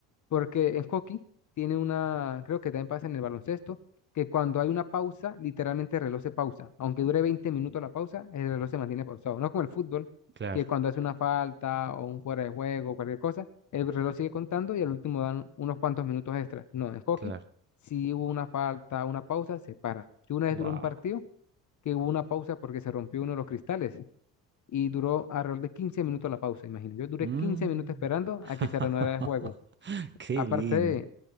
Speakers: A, on the left; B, on the right.
A: Porque en hockey tiene una, creo que también pasa en el baloncesto, que cuando hay una pausa, literalmente el reloj se pausa. Aunque dure 20 minutos la pausa, el reloj se mantiene pausado. No como el fútbol,
B: Claro,
A: que cuando hace una falta o un fuera de juego, cualquier cosa, el reloj sigue contando y al último dan unos cuantos minutos extras. No, en hockey,
B: claro.
A: si hubo una falta, una pausa, se para. Yo una vez
B: Wow.
A: duré un partido que hubo una pausa porque se rompió uno de los cristales y duró alrededor de 15 minutos la pausa, imagínate. Yo duré
B: Mm.
A: 15 minutos esperando
B: <laughs>
A: a que se reanudara el juego.
B: Qué
A: Aparte,
B: lindo.